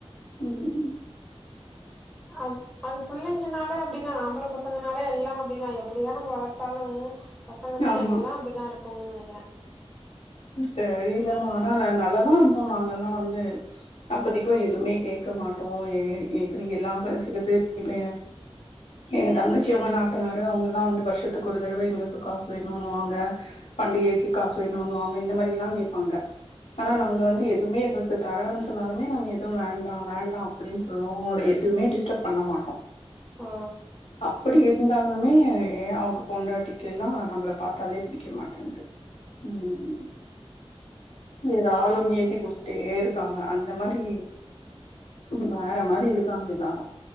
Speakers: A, on the left (about 80°); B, in the centre.
A: ம்
B: அது அது பிள்ளைங்கனாலே அப்டிதா ஆம்பள பசங்கனாலே எல்லா அப்டிதா எப்டிதா நம்ம வளத்தாலு பசங்கன்னா
A: ஆமா.
B: எல்லா அப்டிதா இருக்குங்கன்னு நெனைக்கிறே
A: தெரியலமா
B: ஆமா
A: ஆனா நா நல்லதா இருந்தோ நாங்கல்லா வந்து அப்பதைக்கு
B: ம்
A: எதுவுமே கேக்க மாட்டோ இப்ப நீங்க எல்லா சில பேர் இப்ப எங்க தங்கச்சியோட நாத்தனாரு அவுங்கல்லா வந்து வருஷத்துக்கு ஒரு தரவ எங்களுக்கு காசு வேணுன்னுவாங்க பண்டிகைக்கு காசு வேணுன்வாங்க இந்த மாரி எல்லா கேப்பாங்க ஆனா
B: ம்
A: நாங்க வந்து எதுவுமே எங்க இப்ப தர்றேன்னு சொன்னாலுமே நாங்க எதுவு வேண்டா வேண்டா அப்டின்னு சொல்லுவோ அவுங்கள எதுவுமே டிஸ்டர்ப் பண்ண மாட்டோ
B: ஆ
A: அப்டி இருந்தாலுமே அவுங்க பொண்டாட்டிக்கெல்லா நம்மள பாத்தாலே பிடிக்க மாட்டேன்து ம் ஏதாது
B: ஆ
A: ஒண்ணு ஏத்தி குடுத்து ட்டே இருக்காங்க அந்த மாரி வேற மாரி இருக்காங்க எல்லாரு